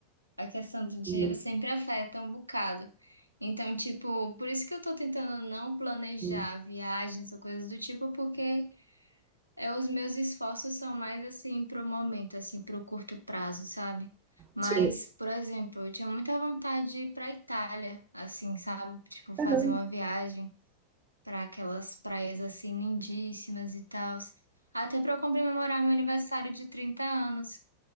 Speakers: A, on the right; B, on the right.
A: A questão do dinheiro
B: Hum,
A: sempre afeta um bocado. Então, tipo, por isso que eu tô tentando não planejar
B: hum,
A: viagens ou coisas do tipo, porque É, os meus esforços são mais assim pro momento, assim, pro curto prazo, sabe? Mas,
B: Sim.
A: por exemplo, eu tinha muita vontade de ir pra Itália, assim, sabe? Tipo, fazer
B: Aham.
A: uma viagem para aquelas praias assim lindíssimas e tal. Até para eu comemorar meu aniversário de 30 anos.